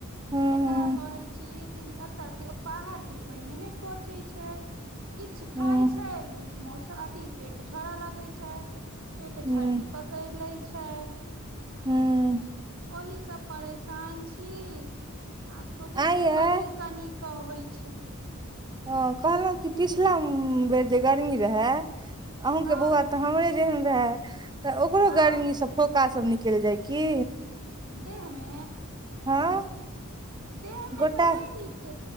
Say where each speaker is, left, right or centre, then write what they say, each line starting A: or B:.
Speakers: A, on the right; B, on the right.
A: से
B: हूँ
A: एकरा कहय छी दिल अतऽ बाहर के पाइने नै पचय छै किछु खाय
B: हूँ हूँ
A: छै लूज मोस अथी पेट झरऽ लगय छै पेट झड़ी
B: हूँ
A: पकैड़ लै छै
B: हूंम्म
A: ओहिसँ परेशान छी आब सोचे
B: आंय
A: छीयै
B: यै
A: कनी कनी कहै छै
B: ह कहलहुं कि पिछला बेर जे गरमी रहय अहूंके
A: हँ
B: बौआ तऽ हमरे जेहन रहै तऽ ओकरो
A: हँ
B: गर्मी से फोका सब निकलि जाय की
A: देह मे
B: हँ
A: देह मे
B: गोटा
A: तऽ नहि निक